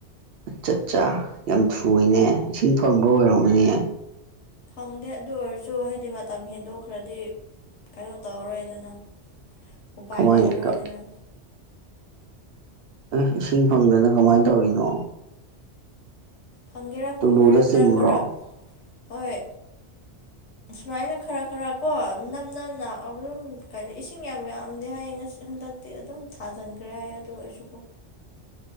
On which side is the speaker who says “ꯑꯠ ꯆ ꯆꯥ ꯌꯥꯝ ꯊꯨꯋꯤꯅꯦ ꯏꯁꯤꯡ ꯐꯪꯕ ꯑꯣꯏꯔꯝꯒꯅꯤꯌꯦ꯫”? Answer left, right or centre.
Right